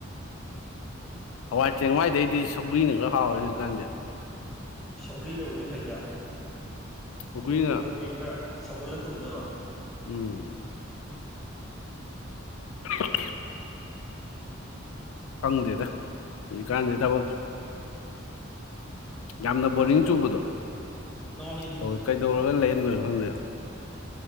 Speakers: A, on the left; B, in the centre.
A: ꯍꯋꯥꯏ ꯆꯦꯡꯋꯥꯏꯗꯩꯗꯤ ꯁꯧꯒ꯭ꯔꯤꯅ ꯈꯔ ꯍꯥꯎꯔꯦ ꯍꯧꯖꯤꯛꯀꯥꯟꯗꯤ
B: ꯁꯧꯒ꯭ꯔꯤꯅꯕꯨꯗꯤ ꯐꯩꯗ
A: ꯁꯧꯒ꯭ꯔꯤꯅ
B: ꯇꯨꯝꯕꯤ ꯈꯣꯠꯄꯤ ꯈꯔ ꯁꯧꯒꯠꯂ ꯇꯨꯝꯅꯕ
A: ꯎꯝ <inaudible> ꯐꯪꯗꯦꯗ ꯍꯧꯖꯤꯛꯀꯥꯟꯁꯦ ꯊꯕꯛ ꯌꯥꯝꯅ ꯕꯣꯔꯤꯡ ꯆꯨꯕꯗꯣ
B: ꯃꯥꯅꯤꯅꯦ
A: ꯇꯧꯋꯤ ꯀꯩꯗꯧꯔꯒ ꯂꯩꯔꯗꯣꯏꯅꯣ ꯈꯪꯗꯦꯕ